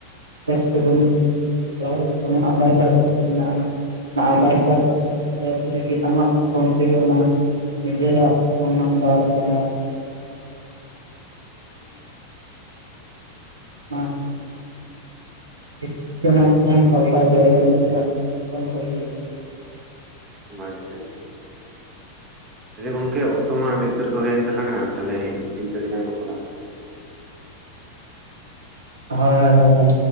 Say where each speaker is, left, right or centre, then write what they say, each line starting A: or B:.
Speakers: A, on the right (about 70°); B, on the right (about 25°).
A: ᱮᱯᱥ ᱛᱮᱵᱚᱱ ᱠᱚᱨᱟᱣᱮᱫ ᱡᱮᱢᱚᱱ ᱟᱫᱷᱟᱨ ᱠᱟᱨᱰ ᱮᱯᱥ ᱢᱮᱱᱟᱜᱼᱟ, ᱚᱱᱟ ᱟᱫᱷᱟᱨ ᱠᱟᱨᱰ ᱮᱯᱥ ᱨᱮᱜᱮ ᱟᱢᱟᱜ ᱯᱷᱳᱱ ᱛᱮᱜᱮ ᱚᱱᱟ ᱱᱤᱡᱮᱨᱟᱜ ᱯᱷᱳᱱ ᱱᱟᱢᱵᱟᱨ ᱵᱟ <inaudible> <inaudible> ᱴᱷᱤ ᱴᱷᱤᱠᱟᱱᱟ ᱠᱚᱦᱚᱸᱚᱢ ᱯᱟᱞᱴᱟᱣ ᱫᱟᱲᱮᱭᱟᱜᱼᱟ ᱱᱤᱡᱮᱨᱟᱜ᱾ ᱯᱷᱳᱱ ᱠᱷᱚᱡ ᱜᱮ᱾
B: ᱟᱪᱪᱷᱟ ᱟᱪᱪᱷᱟ ᱟᱪᱪᱷᱟ᱾ ᱟᱪᱪᱷᱟ ᱜᱚᱝᱠᱮ ᱚᱠᱛᱚ ᱢᱟ ᱟᱹᱰᱤ ᱩᱛᱟᱹᱨ ᱜᱮ ᱦᱩᱭᱮᱱ ᱛᱟᱞᱟᱝᱟ ᱛᱟᱞᱦᱮ ᱤᱱᱠᱟᱹ ᱜᱮᱞᱟᱝ ᱨᱚᱯᱚᱲᱟ᱾
A: ᱦᱚᱭ ᱦᱚᱭ ᱦᱚᱭ ᱦᱚᱭ᱾